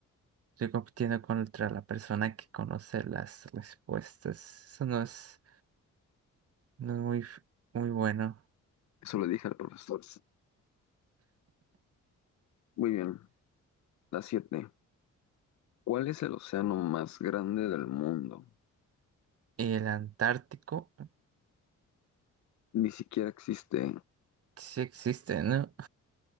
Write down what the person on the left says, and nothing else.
Eso le dije al profesor. Muy bien. La 7. ¿Cuál es el océano más grande del mundo?
Ni siquiera existe.